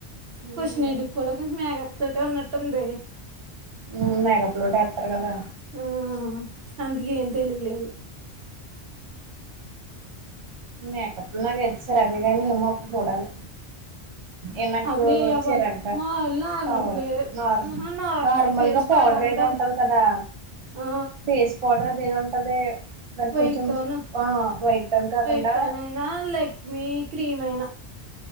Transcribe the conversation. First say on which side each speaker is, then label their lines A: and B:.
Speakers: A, on the right; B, on the right.
A: హుహు.
B: ఫస్ట్ నైట్ కి కూడా కొంచం మేకప్ తోటె ఉన్నట్టుంది
A: హ్మ్. మేకప్‌లోటేత్తారు కదా!
B: ఆ అందుకే ఏంటి తెలిలేదు
A: మేకప్లు లాగు ఎస్సెసరు అవి గని ఏమో అప్పుడు చూడాలి ఎనకు
B: అప్పుడే
A: వచ్చీరంట
B: యవ్వద్ మాములు నార్మల్
A: తనదు
B: గ్లే
A: నార్
B: ఆహా నార్మల్
A: నార్మల్గా
B: ఫేస్
A: పౌడర్
B: పాడవదు
A: ఏదో ఉంటది కదా
B: ఆ
A: ఫేస్ పౌడర్ అది ఏదో ఉంటది దానికి
B: వైట్
A: కొంచెం
B: టోన్
A: ఆ వైట్ టోన్ కాకుండా
B: వెయిటోన్ అయినా లెక్మి క్రీమ్ అయినా